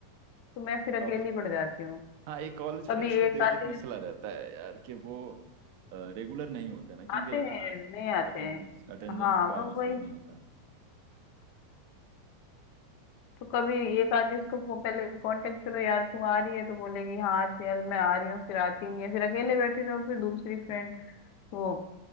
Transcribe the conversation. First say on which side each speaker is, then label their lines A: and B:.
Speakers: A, on the left (about 55°); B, on the right (about 60°).
A: तो मैं फिर
B: क्या
A: अकेली पड़ जाती
B: हाँ ये कॉलेज फ्रेंड्स
A: कभी
B: का
A: एक
B: तो
A: आधे
B: एक मसला रहता है यार कि वो रेगुलर नहीं होते ना क्योंकि
A: आते
B: यहाँ
A: हैं नहीं आते
B: अटेंडेंस
A: हैं
B: अटेंडेंस
A: हाँ
B: का
A: वो
B: मसला
A: वही
B: नहीं होता
A: तो कभी एक आधे इसको फो- पहले कांटेक्ट करो यार तू आ रही है तो बोलेगी हाँ चल मैं आ रही हूँ फिर आती नहीं है फिर अकेले बैठे रहो फिर दूसरी फ्रेंड वो